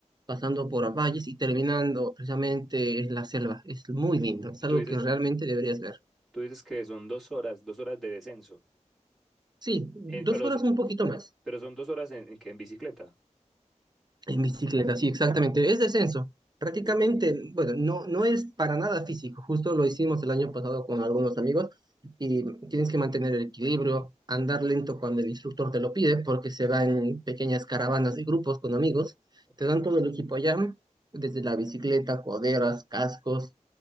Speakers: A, on the right; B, in the centre.
A: pasando por valles y terminando precisamente en la selva. Es muy lindo, es
B: y
A: algo
B: tú dices,
A: que realmente deberías ver.
B: tú dices que son dos horas, dos horas de descenso.
A: Sí, dos
B: En- pero,
A: horas
B: s-
A: un poquito más
B: pero son dos horas en, en que en bicicleta.
A: en bicicleta, sí, exactamente. Es descenso. Prácticamente,
B: Uh,
A: bueno, no, no es para nada físico. Justo lo hicimos el año pasado con algunos amigos y tienes que mantener el equilibrio, andar lento cuando el instructor te lo pide, porque se van pequeñas caravanas de grupos con amigos.
B: ok.
A: Te dan todo el equipo allá, desde la bicicleta, coderas, cascos,